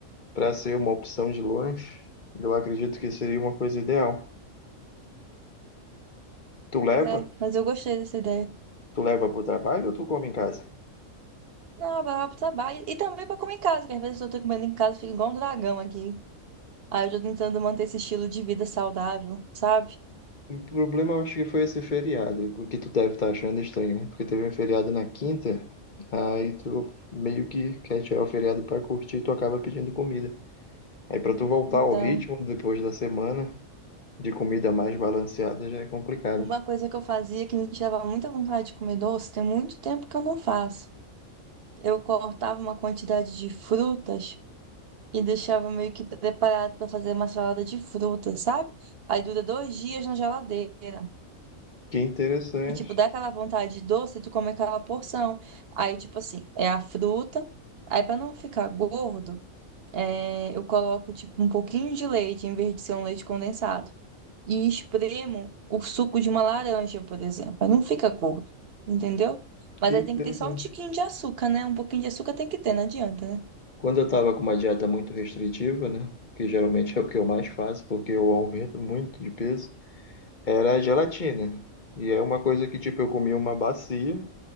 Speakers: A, on the left; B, on the right.
A: Para ser uma opção de lanche, eu acredito que seria uma coisa ideal. Tu leva?
B: Pois é, mas eu gostei dessa ideia.
A: Tu leva pro trabalho ou tu come em casa?
B: Ah, blá, blá, E, e também pra comer em casa, que às vezes eu tô comendo em casa, fica igual um dragão aqui. Aí eu tô tentando manter esse estilo de vida saudável, sabe?
A: O problema eu acho que foi esse feriado, o que tu deve estar achando estranho, né? Porque teve um feriado na quinta, aí tu meio que quer tirar o feriado pra curtir, e tu acaba pedindo comida. Aí pra tu voltar
B: Então,
A: ao ritmo depois da semana de comida mais balanceada já é complicado.
B: uma coisa que eu fazia que me tirava muita vontade de comer doce, tem muito tempo que eu não faço. Eu cortava uma quantidade de frutas. e deixava meio que preparado para fazer uma salada de frutas, sabe? Aí dura dois dias na geladeira.
A: Que interessante,
B: E, tipo, dá aquela vontade de doce, tu come aquela porção. Aí, tipo assim, é a fruta. Aí, para não ficar gordo, é, eu coloco, tipo, um pouquinho de leite, em vez de ser um leite condensado. E espremo o suco de uma laranja, por exemplo. Aí não fica gordo, entendeu? Mas
A: que
B: aí
A: interessante.
B: tem que ter só um tiquinho de açúcar, né? Um pouquinho de açúcar tem que ter, não adianta, né?
A: Quando eu tava com uma dieta muito restritiva, né? Que geralmente é o que eu mais faço, porque eu aumento muito de peso, era a gelatina. E é uma coisa que, tipo, eu comia uma bacia.